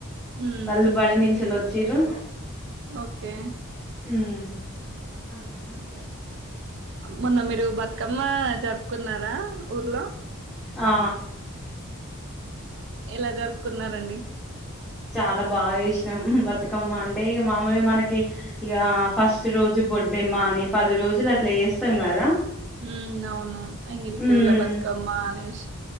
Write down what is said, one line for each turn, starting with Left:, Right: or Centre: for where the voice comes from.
Right: ఉమ్
Centre: వాళ్ళు బడినించోల్ వచ్ చిరు
Right: ఓకే
Centre: ఉమ్
Right: మొన్న మీరు బతుకమ్మ జరుపుకున్నారా ఊర్లో
Centre: ఆ
Right: ఎలా జరుపుకున్నారండి
Centre: చాలా బాగా చేసినాం బతుకమ్మ అన్ టే ఇగ మామూలుగా మనకి ఇగా ఫస్ట్ రోజు బొర్డమ్మాని పది రోజులు అట్లా చేస్తాం కదా
Right: మ్ అవును ఎంగిలి పూల
Centre: ఉమ్
Right: బతుకమ్మ అస్